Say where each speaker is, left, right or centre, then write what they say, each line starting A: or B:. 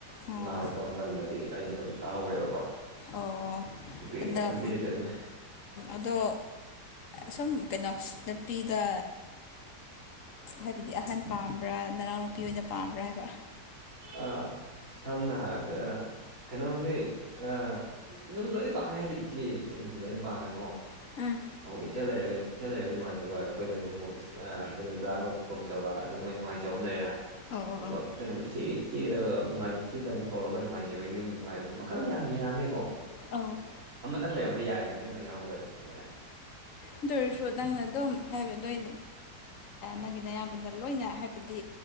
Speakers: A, on the left; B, on the right.
A: ꯑꯣ
B: ꯏꯃꯥ ꯂꯩꯇꯕ ꯃꯇꯝꯗꯗꯤ ꯑꯩꯅ ꯑꯗꯨꯝ ꯇꯥꯍꯧꯔꯦꯕꯀꯣ
A: ꯑꯣ
B: ꯅꯨꯄꯤ ꯅꯨꯄꯤ ꯂꯩꯇꯕꯅꯤꯅ
A: ꯑꯗꯣ ꯁꯨꯝ ꯀꯩꯅꯣ ꯅꯨꯄꯤꯗ ꯍꯥꯏꯕꯗꯤ ꯑꯍꯟ ꯄꯥꯝꯕ꯭ꯔꯥ ꯅꯅꯥꯎ ꯅꯨꯄꯤ ꯑꯣꯏꯅ ꯄꯥꯝꯕ꯭ꯔꯥ ꯍꯥꯏꯕ
B: ꯑ ꯁꯝꯅ ꯍꯥꯏꯔꯕꯗ ꯑ ꯀꯩꯅꯣꯗꯩ ꯑ ꯑꯗꯨꯝ ꯂꯣꯏꯅ ꯄꯥꯝꯃꯦ ꯍꯥꯏꯗꯤ ꯏꯆꯦ ꯏꯆ ꯂꯣꯏꯅ ꯄꯥꯝꯃꯦꯀꯣ
A: ꯎꯝ
B: ꯑꯃꯨꯛ ꯏꯆꯜ ꯂꯩꯔꯒ ꯏꯆꯟ ꯂꯩꯔꯒꯗꯤ ꯅꯨꯡꯉꯥꯏꯖꯕ ꯑꯩꯈꯣꯏꯗꯁꯨ ꯑꯃꯨꯛ ꯑꯩꯈꯣꯏꯗꯗꯥꯒ ꯀꯧꯆꯕ ꯑꯗꯨ ꯃꯣꯏ ꯅꯨꯡꯉꯥꯏꯖꯕ ꯑꯃ ꯂꯩꯔꯦꯅ
A: ꯑꯣ
B: ꯑꯗꯨꯒ
A: ꯑꯣ ꯑꯣ
B: ꯑꯩꯈꯣꯏꯅ ꯑꯃꯨꯛ ꯏꯆꯦ ꯏꯆꯦꯗꯅꯨꯡꯉꯥꯏ ꯏꯆꯦꯗ ꯑꯃꯨꯛ ꯀꯧꯔꯒ ꯅꯨꯡꯉꯥꯏꯖꯕꯒꯤ ꯑꯃꯨꯛ ꯅꯨꯡꯉꯥꯏꯕꯗꯣ ꯃꯈꯜ ꯌꯥꯝ ꯌꯥꯝꯃꯦꯀꯣ
A: ꯑꯥꯎ
B: ꯑꯃꯇꯪ ꯂꯩꯔꯝꯃꯗꯤ ꯌꯥꯔꯦ ꯅꯨꯄꯤ ꯑꯃꯇꯪ ꯌꯥꯎꯔꯝꯒꯗꯤ ꯑꯗꯨꯖꯦ
A: ꯑꯗꯨ ꯑꯣꯏꯔꯁꯨ ꯅꯪꯅ ꯑꯗꯨꯝ ꯍꯥꯏꯕ ꯅꯣꯏ ꯅꯪꯒꯤꯅ ꯑꯌꯥꯝꯕꯅ ꯂꯣꯏꯅ ꯍꯥꯏꯕꯗꯤ